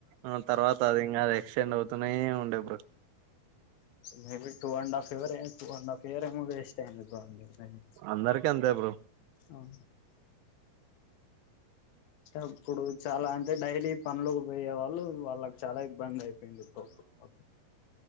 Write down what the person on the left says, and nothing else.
maybe two and half ఎవే రే టూ అండ్ ఆఫ్ ఇయర్ మో వేస్ట్ అయ్యింది బ్రో అందరు
ఆ టె అప్పుడు చాలా అంటే డైలీ పనులుకి పోయే వాళ్ళు వాళ్ళకి చాలా ఇబ్బంది అయిపోయింది పప్పు పప్